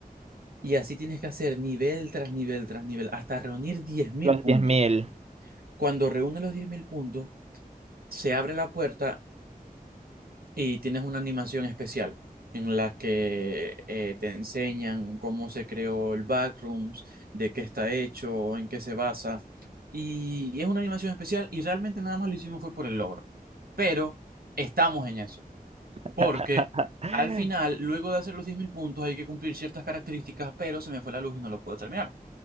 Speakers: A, on the right; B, on the right.
A: Y así tienes que hacer nivel tras nivel tras nivel hasta reunir diez mil
B: los
A: puntos.
B: diez mil.
A: Cuando reúnes los 10.000 puntos, se abre la puerta y tienes una animación especial en la que eh, te enseñan cómo se creó el Backrooms, de qué está hecho, en qué se basa. Y, y es una animación especial y realmente nada más lo hicimos fue por el logro. Pero estamos en eso.
B: <laughs>
A: Porque al final, luego de hacer los 10.000 puntos, hay que cumplir ciertas características, pero se me fue la luz y no lo puedo terminar.